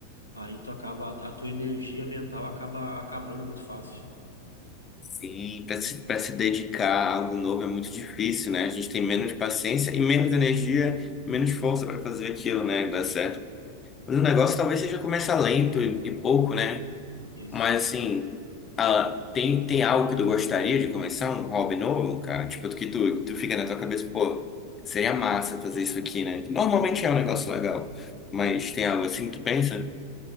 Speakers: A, on the left; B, on the left.
A: Aí tu acaba, a tua energia mental acaba acabando muito fácil.
B: Sim, pra se, pra se dedicar a algo novo é muito difícil, né? A gente tem menos paciência e menos energia, menos força para fazer aquilo, né? Dar certo. Mas o negócio talvez seja começar lento e, e pouco, né?
A: Isso.
B: Mas assim, ah, tem, tem algo que tu gostaria de começar, um hobby novo, cara? Tipo, que tu, tu fica na tua cabeça, pô, seria massa fazer isso aqui, né? Normalmente é um negócio legal, mas
A: Sim.
B: tem algo assim que tu pensa?